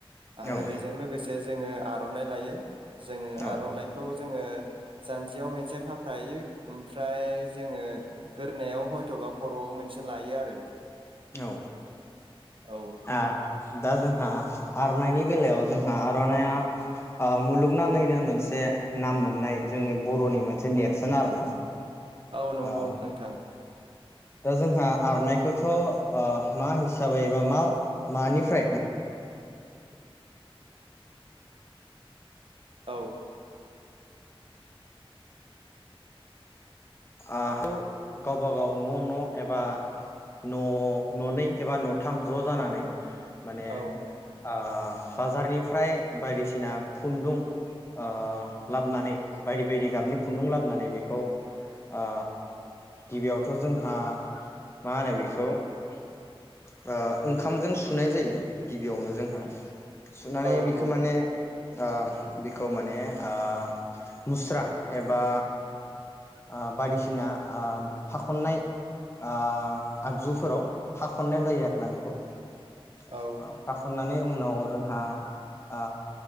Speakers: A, on the right (about 60°); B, on the left (about 25°).
A: आरो
B: ओ
A: बेजों लोगोसे जोङो आरनाइ लायो। जोङो
B: औ
A: आरनाइखौ जोङो जानजियाव मोनसे खा फ्रायो ओमफ्राय जोङो गोरनायाव हयथ'बा खर'आव मोनसे लायो आरो
B: औ
A: औ
B: आ दा जोंहा आर'नाइनि बेलायाव जोंहा आर'नाइया मुलुगनाङैनो मोनसे नाम मोननाय जोंनि बर'नि मोनसे नेरसोन आरोना।
A: औ नंगौ
B: ओ
A: नोंथां।
B: दा जोंहा आर'नायखौथ' ओ मा हिसाबै एबा मा मानिफ्राय?
A: औ
B: ओ खौ गावबा गाव न' न' एबा न' न'नै एबा न'थाम ज' जानानै माने
A: औ
B: ओ बाजारनिफ्राय बायदिसिना खुन्दुं ओ लाबनानै बायदि बायदि गाबनि खुन्दुं लाबनानै बेखौ ओ गिबियावथ' जोंहा मा होनो बेखौ ओ ओंखामजों सुनाय जायो गिबियावनो जोंहा सुनानै
A: नंगौ
B: बिखो माने ओ बिखौ माने ओ मुस्रा एबा ओ बायदिसिना ओ फाखननाय आ आगजुफोराव फाखननाय जायो आरोना बेखौ। ओ
A: औ
B: फाखननानै उनाव जोंहा आ